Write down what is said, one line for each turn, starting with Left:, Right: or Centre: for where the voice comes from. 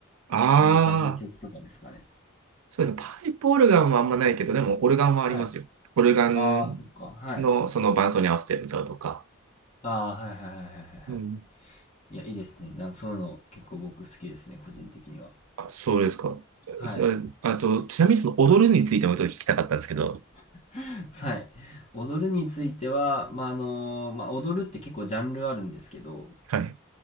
Right: ああ、
Left: ああいう感じの曲とかですかね。
Right: そうですね。パイプオルガンはあんまないけど、でもオルガンはありますよ。
Left: はい。
Right: オルガン
Left: ああ、そっか。はい。
Right: のその伴奏に合わせて歌うとか。
Left: ああ、はいはいはいはいはいはい。
Right: うん。
Left: いや、いいですね。な、そういうの結構僕好きですね。個人的には。
Right: あ、そうですか。
Left: はい。
Right: すああと、ちなみにその踊るについてもちょっと聞きたかったんですけど。
Left: <laughs> はい。踊るについては、まあ、あの、まあ、踊るって結構ジャンルあるんですけど、
Right: はい。